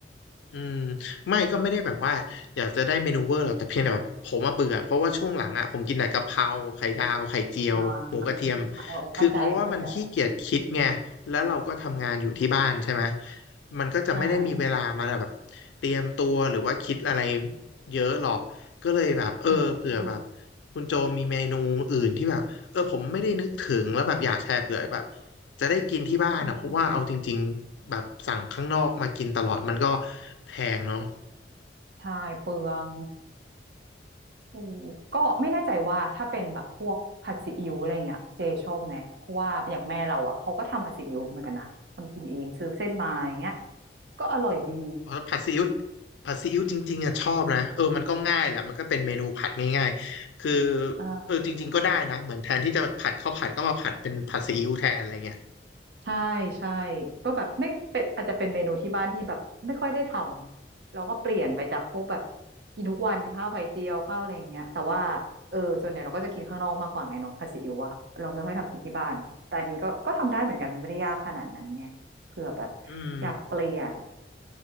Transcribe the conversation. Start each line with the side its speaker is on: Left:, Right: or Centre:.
Left: อืมไม่ก็ไม่ได้แบบว่าอยากจะได้เมนูเวอร์หรอกแต่เพียงแต่แบบผมมาเบื่อเพราะว่าช่วงหลังอ่ะผมกินแต่กะเพราไข่ดาวไข่เจียวหมูกระเทียม
Right: อ่าเออเข้าใจเข้าใจ
Left: คือเพราะว่ามันขี้เกียจคิดไงแล้วเราก็ทำงานอยู่ที่บ้านใช่ไหมมันก็จะไม่ได้มีเวลามาแบบเตรียมตัวหรือว่าคิดอะไร
Right: อ่า
Left: เยอะหรอกก็เลยแบบเออเผื่อแบบ
Right: อืม
Left: คุณโจมีเมนูอื่นที่แบบเออผมไม่ได้นึกถึงแล้วแบบอยากแชร์เผื่อแบบ จะได้กินที่บ้านนะเพราะว่าเอาจริงๆแบบสั่งข้างนอกมากินตลอดมันก็
Right: อืม
Left: แพงเนาะ
Right: ใช่เปลือง โอ้ก็ไม่แน่ใจว่าถ้าเป็นแบบพวกผัดซีอิ๊วอะไรเงี้ยเจชอบไหมเพราะว่าอย่างแม่เราอ่ะเขาก็ทำผัดซีอิ๊วเหมือนกันนะทำกินเองซื้อเส้นมาอย่างเงี้ยก็อร่อยดี
Left: ผัดซีอิ๊วผัดซีอิ๊วจริงๆอ่ะชอบนะเออมันก็ง่ายแหละมันก็เป็นเมนูผัดง่ายๆคือ
Right: อ่า
Left: เออจริงๆก็ได้นะเหมือนแทนที่จะผัดข้าวผัดก็มาผัดเป็นผัดซีอิ๊วแทนอะไรเงี้ย
Right: ใช่ใช่ก็แบบไม่เป็นอาจจะเป็นเมนูที่บ้านที่แบบไม่ค่อยได้ทำแล้วก็เปลี่ยนไปจากพวกแบบกินทุกวันข้าวไข่เจียวข้าวอะไรอย่างเงี้ยแต่ว่าเออส่วนใหญ่เราก็จะกินข้างนอกมากกว่าไงเนาะผัดซีอิ๊วอะเราไม่ค่อยทำกินที่บ้านแต่อันนี้ก็ก็ทำได้เหมือนกันไม่ได้ยากขนาดนั้นไงเผื่อแบบ
Left: อืม
Right: อยากเปลี่ยน